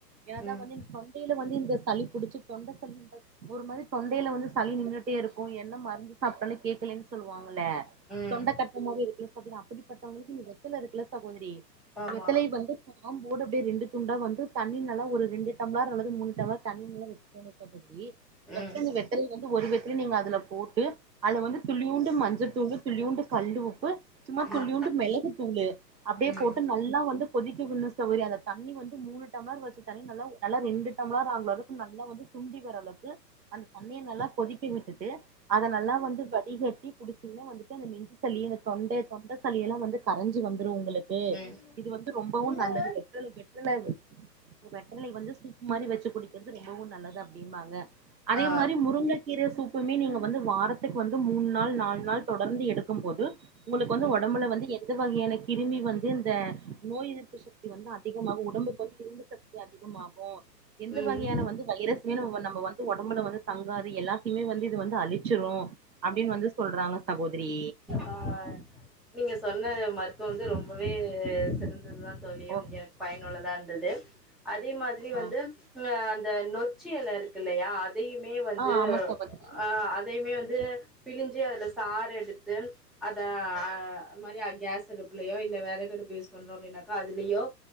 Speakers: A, on the right; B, in the centre.
A: ஏன்னதா
B: ம்
A: வந்து இந்த தொண்டையில வந்து இந்த சளி புடிச்சி தொண்ட சளி ஒரு மாரி தொண்டையில வந்து சளி நின் ட்டே இருக்கு என்ன மருந்து சாப்பிட்டாலு கேக்கலன்னு சொல்லுவாங் அல்ல
B: ம்
A: தொண்ட கட்டுன மாரி இருக்குல்ல சாப்பற அப்பிடிப்பட்டவங்களுக்கு இந்த த்து இருக்கு இல்ல சகோதரி
B: ஆமா
A: வெத்தலை வந்து காம்போட அப்பிடியே ரெண்டு துண்டா வந்து தண்ணிர் நல்ல ஒரு ரெண்டு டம்ளார் அல்லது மூனுடம்ளர் தண்ணி நல்லா வச்சிக்கோங்க சகோதரி வச்ச
B: ம்
A: அந்த வெத்தலைல வந்து ஒரு வெத் து நீங்க அக் துல போட்டு அல வந்து துள்ளியுண்டு மஞ்சத் த்து வந்து துள்ளியூண்டு கல்லு உப்பு சும்மா
B: ம்
A: துள்ளியுண்டு மெளகு து அப்பிடியே
B: ம்
A: போட்டு நல்லா வந்து கொதிக்கவிடுனு சகோதரி அந்த தண்ணி வந்து மூணு டம்ளர் வச்சி தண்ணி நல்லா நல்லா ரெண்டு டம்ளார ஆகர அளவுக்கு நல்லா வந்து சுண்டிவர அளவுக்கு அந்த தண்ணிய நல்லா கொதிக்கவிட்டுட்டு அத நல்லா வந்து வடிகட்டி குடிச்சீங்கன்னா வந்துட்டு அந்த நெஞ்சி சளி இந்த தொண்ட தொண்ட சளிய எல்லா வந்து கரஞ்சி வந்துரு உங்களுக் கு
B: ம்
A: இது வந்து ரொம்பவு நல்லது
B: ம்
A: வெற்ற வெற்றல வெற்றலை வந்து சூப்பு மாரி வச்சி குடிக்கிறது ரொம்பவு நல்லது அப்பிடிம்பாங்க அதே
B: ஆ
A: மாரி முருங்கக்கீரை சூப் நீங்க வந்து வாரத்துக்கு வந்து மூனு நாள் நாலு நாள் தொடர்ந்து எடுக்கும் போது உங்களுக்கு வந்து
B: ம்
A: உடம்ல வந்து எ இந்த வகையான கிருமி வந்து இந்த நோய் எதிர்ப்பு சக்தி வந்து அதிகமாகு உடம்புக்கு வந்து இரும்பு சக்தி அதிகமாகு எந்த
B: ம்
A: வகையான வந்து வைரஸ் நம்ம வந்து உடம்புல வந்து தங்காது எல்லாத்தையுமே வந்து இது வந்து அழிச்சிரு அப்டின்னு வந்து சொல்றாங்க சகோதரி
B: ஆ நீங்க சொன்ன மருத்துவம் வந்து ரொம்பவே சிறந் தா தோழி
A: ஓ
B: எனக்கு பயனுள்ளதா இருந்தது அதே மாதிரி
A: ஆ
B: வந்து இந்த நொச்சி எல இருக்கு இல்லையா இதையுமே வந்து
A: ஆ ஆமா சகோதரி
B: ஆ அதையுமே வந்து இது பிழுஞ்சு அதுல சறு எடுத்து அத க அது மாதி‌ரி கேஸ் அடுப்புலையோ இல்ல வெரகு அடுப்பு யூஸ் பண்றோ அப்டினாக்கா அதுலய்யோ